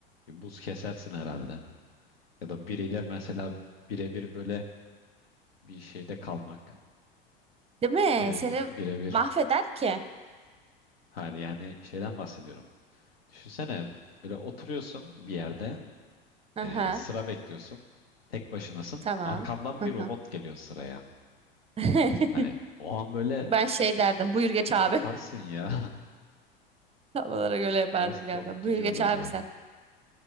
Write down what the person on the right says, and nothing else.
Değil mi?
Seni
mahveder ki.
Aha,
tamam.
Aha.
<laughs>
Ben şey
derdim. Buyur geç
abi.
<laughs> Havalara göre
yapardım
galiba. Buyur geç
abi sen.